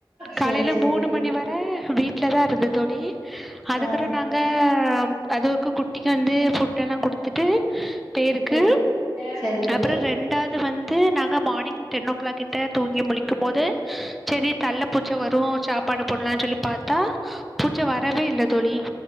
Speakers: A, in the centre; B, on the right.
A: காலையில
B: சேரி சேரி
A: மூணு
B: தோழி
A: மணி வர வீட்ல தா இருந்த தோழி இருக்குறோ
B: ஆ
A: நாங்க அதுவக்கு குட்டிக்கு வந்து ஃபுட் எல்லா குடுத்துட்டு தேயிருக்கு
B: சேரி சேரி தோழி
A: அப்பற ரெண்டாவது வந்து நாங்க மார்னிங் டென்னோ கிளாக் த தூங்கி முழிக் இருக்கு போது செரி தள்ள பூச்ச வரு சாப்பாடு போடலாம்னு சொல்லி பாத்தா பூச்ச வரவே இல்ல தோழி